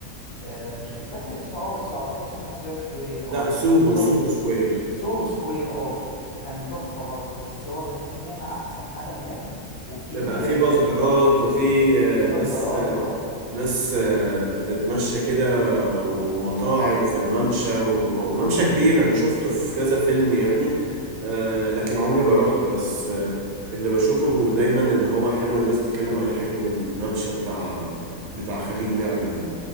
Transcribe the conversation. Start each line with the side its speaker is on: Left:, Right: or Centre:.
Left: آه، مش متذكر اسمه أوي بس أعتقد اسمه سوهاج سكوير
Right: لا
Left: اه
Right: سوهو
Left: تحفة
Right: سوهو سكوير
Left: سوهو سكوير اه كان تحفة برضه بس هو خليج نعمة أحسن حاجة هناك وفي
Right: بيبقى فيه
Left: آه،
Right: بازارات وفي آه،
Left: في بازاراتا
Right: ناس ناس آه، بتتمشى كده ومطاعم في الممشى وممشى كبير انا شفته في كذا فيلم يعني آه، لكن عمري ما روحت بس آه، اللي بشوفه دايما ان هو حلو الناس تتكلم عليه حلو الممشى بتاع بتاع خليج نعمة ده